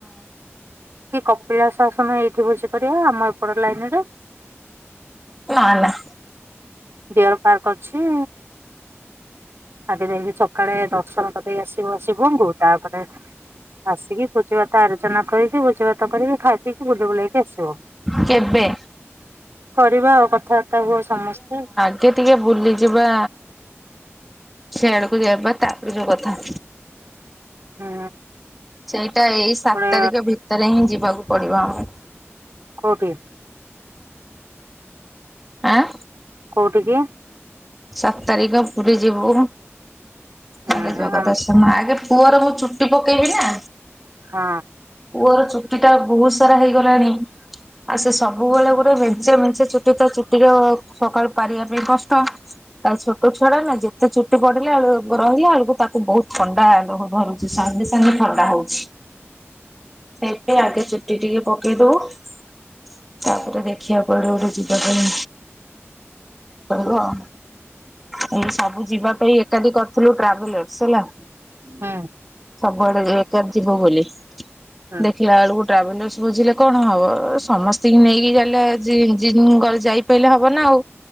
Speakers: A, on the right; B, in the centre.
A: କି କପିଳାସ ଆସୁନ ଏଇଠି ଭୋଜି କରିଆ ଆମ ଏପଟ ଲାଇନ ରେ।
B: ନାଁ ନାଁ।
A: ଡିଅର ପାର୍କ ଅଛି। ଆଗେ ଯାଇକି ଚକାଳେ ଦର୍ଶନ କରିଦେଇକି ଆସିବ ଶିବଙ୍କୁ ତାପରେ ଆସିକି ଭୋଜି ଭାତ ଆରୋଜନ କରିକି ଭୋଜି ଭାତ କରିକି ଖାଇ ରିକି ବୁଲିବୁଲାକି ଆସିବ
B: କେବେ?
A: କରିବା ଆଉ କଥା ତା ହୁଅ ସମସ୍ତେ।
B: ଟିକେ ଟିକେ ବୁଲିଯିବା ସେଆଡ଼କୁ ଯବା ତାପରେ ଯୋଉ କଥା।
A: ହୁଁ।
B: ସେଇଟା ଏଇ ସାତ
A: ଗୋଟେ
B: ତାରିଖ ଭିତରେ ହିଁ ଯିବାକୁ ପଡ଼ିବ ଆମକୁ।
A: କୋଉଠି?
B: ଆଁ?
A: କୋଉଠିକି?
B: ସାତ ତାରିଖ ପୁରୀ ଯିବୁ।
A: ହୁଁ
B: ଆଗେ ଜଗାଦର୍ଶନ
A: ଆମ
B: ଆଗେ ପୁଅର ମୁଁ ଚୁଟି ପକେଇବି ନା।
A: ହଁ
B: ପୁଅର ଚୁଟି ଟା ବହୁତ ସାରା ହେଇଗଲାଣି। ଆଉ ସେ ସବୁବେଳେ ଗୋଟେ ମେଞ୍ଚେ ମେଞ୍ଚେ ଚୁଟି ତ ଚୁଟିର ସକାଳୁ ପରିବା ପାଇଁ କଷ୍ଟ। ତାରେ ଛୋଟ ଛୁଆଟା ନା ଯେତେ ଚୁଟି ବଢ଼ିଲା ବେଳୁକୁ ବଡ଼ ହେଲା ବେଳକୁ ତାକୁ ବହୁତ ଥଣ୍ଡା ଦୋହ ଧରୁ ସାଙ୍ଗେ ସାଙ୍ଗେ ଥଣ୍ଡା ହଉଛି। ସେଇଥି ପାଇଁ ଆଗେ ଚୁଟି ଟିକେ ପକେଇ ଦବୁ ତାପରେ ଦେଖିବା କୁଆଡ଼େ ଗୋଟେ ଯିବା ପାଇଁ ପଡ଼ିବ ଆଉ। ଏଇ ସବୁ ଯିବା ପାଇଁ ଏକାଠି କରିଥିଲୁ ଟ୍ରାଭେଲର୍ସ ହେଲା
A: ହୁଁ।
B: ସବୁଆଡ଼େ ଏକ ଯିବୁ ବୋଲି
A: ହୁଁ
B: ଦେଖିଲା ବେଳକୁ ଟ୍ରାଭେଲର୍ସ ବୁଝିଲେ କଣ ହବ ସମସ୍ତଙ୍କୁ ନେଇକି ଗଲେ <unintelligible> ଯାଇପାରିଲେ ହବ ନା ଆଉ।